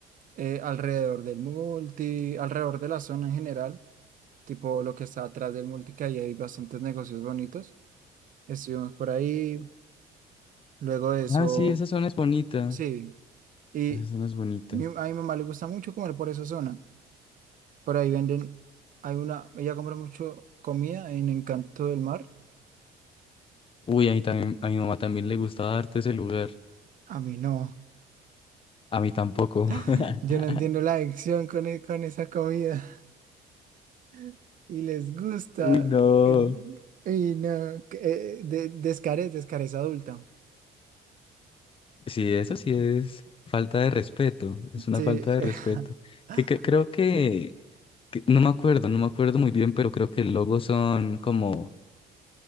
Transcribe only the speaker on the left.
Ah, sí, esa zona es bonita.
Esa zona es bonita.
Uy, a mí también, a mi mamá también le gustaba darte ese lugar.
A mí tampoco. <laughs>
Uy, no.
Sí, eso sí es falta de respeto, es una
falta de
respeto. Que, que creo que, que- no me acuerdo, no me acuerdo muy bien, pero creo que el logo son como